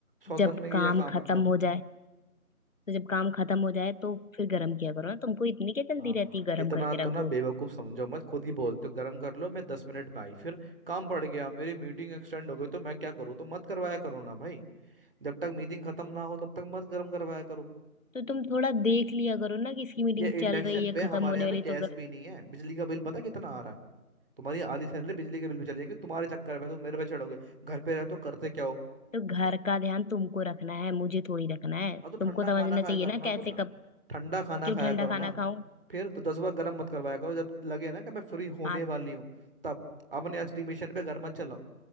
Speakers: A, on the right (about 40°); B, on the left (about 60°).
A: सौतन्य
B: जब
A: किया
B: काम
A: काम
B: खत्म
A: एकदम
B: हो जाए तो जब काम खत्म हो जाए तो फिर गर्म किया करो ना तुमको इतनी क्या जल्दी
A: हाँ
B: रहती है गर्म
A: इतना
B: करके
A: तो
B: रख
A: ना बेवकूफ
B: दो
A: समझो मत खुद ही बोलते हो गर्म कर लो मैं दस मिनट में आई फिर काम पड़ गया मेरी मीटिंग एक्सटेंड हो गई तो मैं क्या करूँ तो मत करवाया करो ना भाई जब तक मीटिंग खत्म ना हो तब तक मत गर्म करवाया करो
B: तो तुम थोड़ा देख लिया करो ना कि इसकी मीटिंग
A: ये इंडक्शन
B: चल रही है
A: पे
B: खत्म
A: हमारे
B: होने
A: यहाँ
B: वाली
A: पे गैस
B: तो
A: भी नहीं है बिजली का बिल पता कितना आ रहा है तुम्हारी आधी सैलरी बिजली के बिल पे चली जाएगी तुम्हारे चक्कर में तुम मेरे पे चढ़ोगे घर पे रहते हो करते क्या हो
B: तो घर का ध्यान तुमको रखना है मुझे थोड़ी रखना है
A: अब तो
B: तुमको
A: ठंडा खाना
B: समझना
A: खाया
B: चाहिए
A: करो
B: ना
A: ना
B: कैसे
A: फिर
B: कब
A: ठंडा खाना
B: क्यों
A: खाया
B: ठंडा
A: करो ना
B: खाना खाऊं
A: फिर तो दस बार गर्म मत करवाया करो जब लगे ना कि मैं फ्री होने
B: हाँ
A: वाली हूँ तब अपने एस्टिमेशन पे घर मत चलाओ